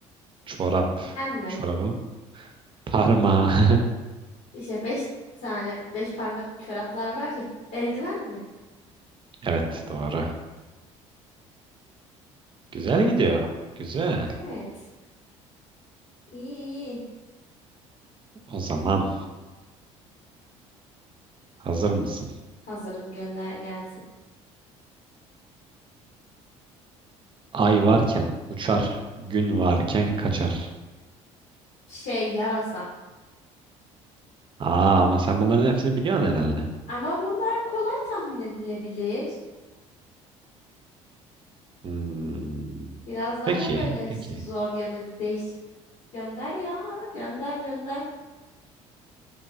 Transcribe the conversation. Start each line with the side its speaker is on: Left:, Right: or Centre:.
Right: Çorap.
Left: sen mi?
Right: Çorabın parmağı. <laughs>
Left: İşte beş tane beş parmak çoraplar var ya. Eldiven mi?
Right: Evet doğru. Güzel gidiyor. Güzel.
Left: Evet. İyi iyi.
Right: O zaman hazır mısın?
Left: Hazırım gönder gelsin.
Right: Ay varken uçar. Gün varken kaçar.
Left: Şey yarasa.
Right: Aa ama sen bunların hepsini biliyorsun herhalde.
Left: Ama bunlar kolay tahmin edilebilir.
Right: Hmm.
Left: Biraz daha
Right: Peki
Left: böyle
Right: peki.
Left: zor ya da bir değişik gönder ya. Gönder gönder.